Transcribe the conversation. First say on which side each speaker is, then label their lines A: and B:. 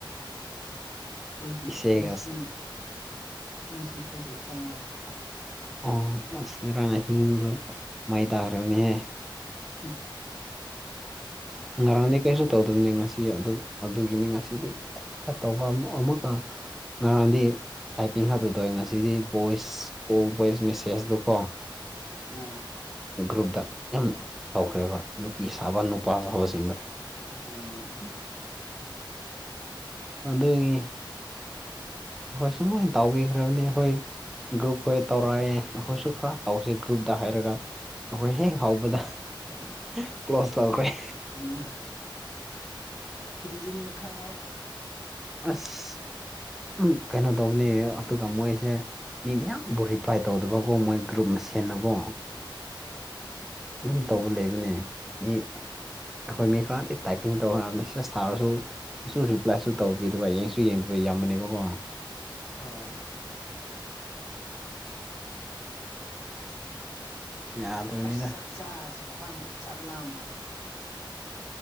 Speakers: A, on the left; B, in the centre.
A: ꯑꯩꯗꯤ
B: ꯏꯁꯩꯒ
A: ꯉꯁꯤ ꯉꯁꯤ ꯈꯛꯇ ꯆꯪꯂꯛꯄ
B: ꯑꯣ ꯑꯁ ꯉꯔꯥꯡ ꯑꯍꯤꯡꯗꯨ ꯃꯩ ꯇꯥꯈ꯭ꯔꯕꯅꯤꯍꯦ
A: ꯍꯝ
B: ꯉꯔꯥꯡꯗꯤ ꯀꯩꯁꯨ ꯇꯧꯗꯕꯅꯤ ꯉꯁꯤ ꯑꯗꯨ ꯑꯗꯨꯒꯤꯅꯤ ꯉꯁꯤꯗꯤ ꯆꯠꯇꯧꯕ ꯑꯃ ꯑꯃꯨꯛꯒ ꯉꯔꯥꯟꯗꯤ ꯇꯥꯏꯄꯤꯡ ꯈꯇ ꯇꯧꯋꯦ ꯉꯁꯤꯗꯤ ꯚꯣꯏꯁ ꯀꯣꯜ ꯚꯣꯏꯁ ꯃꯦꯁꯦꯁꯇꯨ ꯀꯣ
A: ꯑꯥ
B: ꯒ꯭ꯔꯨꯞꯇ ꯌꯥꯝ ꯍꯧꯈ꯭ꯔꯦꯕ ꯅꯨꯄꯤ ꯁꯥꯕ ꯅꯨꯄꯥ ꯁꯥꯕꯁꯤꯡꯗꯣ
A: ꯎꯝ
B: ꯑꯗꯨꯒꯤ ꯍꯣꯏ ꯁꯨꯝ ꯂꯣꯏ ꯇꯥꯎꯕꯤꯈ꯭ꯔꯕꯅꯦ ꯑꯩꯈꯣꯏ ꯒ꯭ꯔꯨꯞꯈꯣꯏ ꯇꯧꯔꯛꯑꯦ ꯑꯩꯈꯣꯏꯁꯨ ꯈꯔ ꯇꯧꯁꯦ ꯒ꯭ꯔꯨꯞꯇ ꯍꯥꯏꯔꯒ ꯑꯩꯈꯣꯏ ꯍꯦꯛ ꯍꯧꯕꯗ ꯀ꯭ꯂꯣꯁ ꯇꯧꯈ꯭ꯔꯦ
A: ꯎꯝ ꯍꯦꯟꯖꯤꯟꯕ ꯈꯔ ꯌꯥꯎꯕ
B: ꯑꯁ ꯎꯝ ꯀꯩꯅꯣ ꯇꯧꯕꯅꯦ ꯑꯗꯨꯒ ꯃꯣꯏꯁꯦ ꯃꯤ ꯃꯌꯥꯝꯕꯨ ꯔꯤꯄ꯭ꯂꯥꯏ ꯇꯧꯗꯕꯒꯨꯝ ꯃꯣꯏ ꯒ꯭ꯔꯨꯞ ꯃꯁꯦꯟꯅꯀꯣ
A: ꯎꯝ
B: ꯑꯗꯨꯝ ꯇꯧꯕ ꯂꯩꯕꯅꯦ ꯃꯤ ꯑꯩꯈꯣꯏ ꯃꯤ ꯈꯔꯗꯤ ꯇꯥꯏꯄꯤꯡ ꯇꯧꯔꯒ ꯃꯦꯁꯦꯁ ꯊꯥꯔꯁꯨ ꯑꯩꯁꯨ ꯔꯤꯄ꯭ꯂꯥꯏꯁꯨ ꯇꯧꯕꯤꯗꯕ ꯌꯦꯡꯁꯨ ꯌꯦꯡꯗꯕ ꯌꯥꯝꯕꯅꯦꯕꯀꯣ
A: ꯑꯥ
B: ꯌꯥꯗꯕꯅꯤꯗ
A: ꯑꯁ ꯆꯥꯛ ꯆꯥꯁꯤꯔ ꯈꯪꯗꯦ ꯆꯥꯛ ꯂꯥꯝꯈꯔꯦ